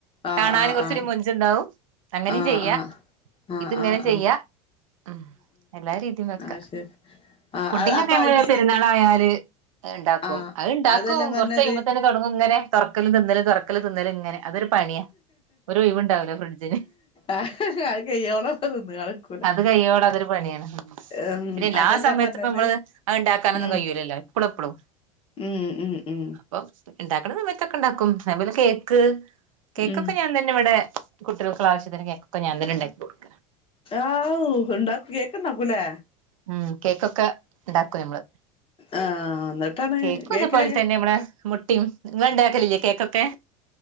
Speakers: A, on the left; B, on the right.
A: ആഹ്
B: കാണന് കൊറച്ചൊരു
A: ആഹ്
B: മൊഞ്ച്ണ്ടാവും അങ്ങനിം
A: ആഹ്
B: ചെയ്യാ
A: ആഹ് ആഹ് ആഹ്
B: ഇത് ഇങ്ങനെ
A: ആഹ്
B: ചെയ്യാ
A: ആഹ്
B: ഉം എല്ലാ രീതിം വെക്കാ
A: അത് ശരി ആഹ്
B: പുഡ്ഡിങ്ങക്കെഞങ്ങള്
A: അപ്പൊ അതില്
B: പെരുന്നാളായാല് ഇണ്ടാക്കും,
A: ആഹ്
B: അത്ണ്ടാക്കും
A: അതെല്ലാം പറഞ്ഞത്
B: കൊർ പ്പന്നെ തൊട്ങ്ങുങ്ങനെ തൊറക്കലും തിന്നല് തൊറക്കല് തിന്നല്ങ്ങനെ അതൊര് - പണ്യ, ഒരൊഴിവ്ണ്ടാവൂല ഫ്രിഡ്ജിന്
A: ആഹ് അത് കയ്യോളന്ന ക <unintelligible>
B: അത് കൈയ്യോളതൊരു പണിയാണ്.
A: ഉം
B: പിന്നെല്ലാ
A: അതെല്ലാ
B: സമയത്ത്
A: പറഞ്ഞത്
B: ഇപ്പ നമ്മള് അഹ് ണ്ടാക്കാനൊന്നും
A: ഉം
B: കയ്യൂല്ലല്ലോ പ്പളുംഎപ്പളും
A: ഉം ഉം ഉം
B: അപ്പൊ ഇണ്ടാക്കണ സമത്തൊക്കെണ്ടാക്കും. അത് പോലെ കേക്ക്, കേക്കൊക്കെ
A: ഉം
B: ഞാൻ തന്നെവടെ കുട്ടികൾക്ക്ള്ളാവിശ്യത്തിന് കേക്കൊക്കെ ഞാൻതന്നെണ്ടാക്കി കൊടുക്കും
A: ആവൂ, ഉണ്ടാക് കേക്ക്ണ്ടാക്കൂ ലേ
B: ഉം കേക്കൊക്കെ ണ്ടാക്കുംഞമ്മള്
A: ആഹ് എന്നിട്ടാണ്
B: കേക്കും
A: കേക്കിനൊക്കെ
B: അതേപോലെ തന്നെ നമ്മടെ മുട്ടിം ഇങ്ങള്ണ്ടാക്കലില്ലേ കേക്കൊക്കെ